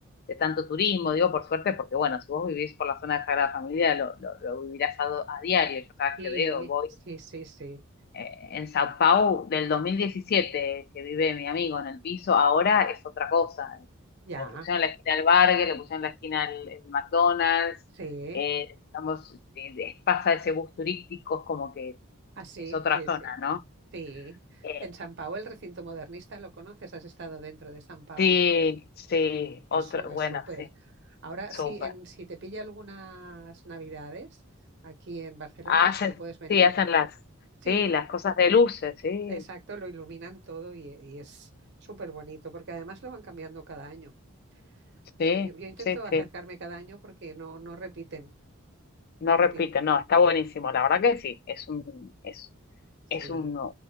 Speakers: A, on the left (about 45°); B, on the right (about 55°).
A: de tanto turismo, digo por suerte, porque bueno, si vos vivís por la zona de Sagrada Familia, lo, lo- lo vivirás a, do- a diario, yo cada vez
B: Sí,
A: que veo, voy
B: sí, sí, sí.
A: eh, en Sao Paulo del 2017 que vive mi amigo en el piso, ahora es otra cosa.
B: Ya,
A: Le pusieron la esquina al Burger, le pusieron la esquina al al McDonald's,
B: sí.
A: eh, digamos, eh, de- pasa ese bus turístico, es como que
B: Así,
A: es otra
B: sí,
A: zona,
B: sí,
A: ¿no?
B: sí.
A: Eh,
B: En San Pau, el recinto modernista, ¿lo conoces? ¿Has estado dentro de San Pau?
A: sí, sí,
B: Eso
A: otra,
B: es
A: bueno,
B: súper.
A: sí,
B: Ahora,
A: súper.
B: sí, en, si te pilla algunas navidades aquí en Barcelona
A: Hacen,
B: o si puedes venir,
A: sí, hacen las,
B: sí,
A: sí, las cosas de luces, sí,
B: exacto, lo iluminan todo y, y es súper bonito porque además lo van cambiando cada año. O
A: sí,
B: sea, yo, yo intento
A: sí,
B: acercarme
A: sí.
B: cada año porque no, no repiten,
A: No
B: no repiten.
A: repite, no, está buenísimo, la verdad que sí, es un, es,
B: Sí,
A: es un